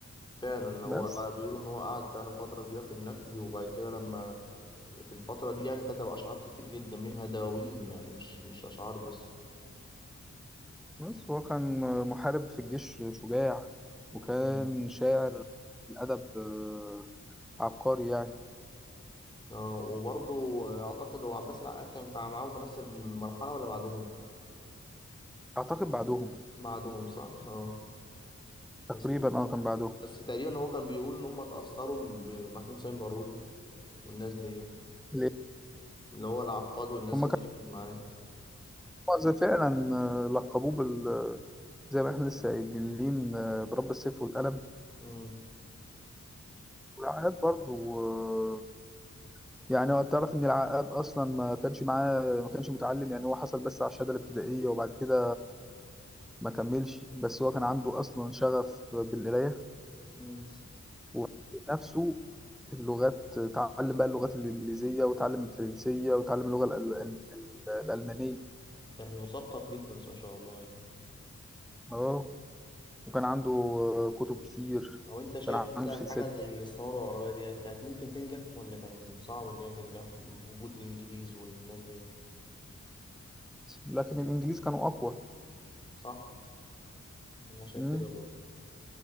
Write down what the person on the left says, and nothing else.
فعلا هو
بيقولوا إن هو قعد فعلا فترة كبيرة في النفي وبعد كده لما في الفترة دي يعني كتب أشعار كتير جدا منها دواوين يعني مش مش أشعار بس
مم.
اه وبرضه أعتقد هو عباس العقاد كان في- معاهم في نفس المرحلة ولا بعدهم؟
بعدهم صح؟ اه
بس
بس تقريبا هو كان بيقول ان هم اتأثروا بمحمود سامي بارودي والناس دي
اللي هو العقاد والناس
اللي هي كانت معاه
مم.
مم.
كان مثقف جدا بس ما شاء الله يعني
او انت شايف
مثلا
حاجة زي الثورة العربية ديت كانت ممكن تنجح ولا كان صعب ان هي تنجح بوجود الانجليز والناس ديت
صح انا شايف
كده برضه